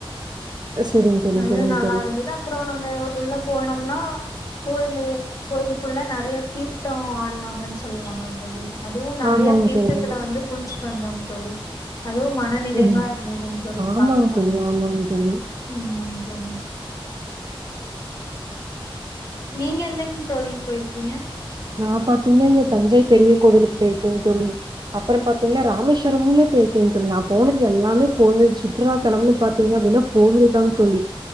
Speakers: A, on the right; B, on the left.
A: செரிங்க தோழி
B: அது
A: செரிங்க
B: நல்லா
A: தோழி
B: இருந்தது அப்பறோ நம்ம உள்ள போனம்னா போறது போறதுக்குள்ள நறைய தீர்த்தோ ஆடுவாங்கன்னு சொல்லுவாங்கல தோலி அதுவும் நிறைய
A: ஆமாங்க
B: தீர்தத்துல
A: தோழி
B: வந்து குளிச்ட்டு வந்தோ தோலி அதுவும் மனநிறைவா
A: ம்
B: இருந்தது தோலி
A: ஆமாங்க
B: பாக்க
A: தோழி ஆமாங்க தோழி
B: ம் தோழி நீங்க எந்தங்கு தோழி போயிருக்கீங்க
A: நான் பாத்தீங்கன்ன இங்க தஞ்சை பெரிய கோவிலுக்கு போயிருக்கேங் தோழி அப்பறொ பாத்தீங்கன்னா ராமேஸ்வரமுமே போயிருக்கேங் தோழி நான் போனது எல்லாமே கோவில் சுற்றுலா தலம்னு பார்த்தீங்கன்னா கோவில் தான் தோழி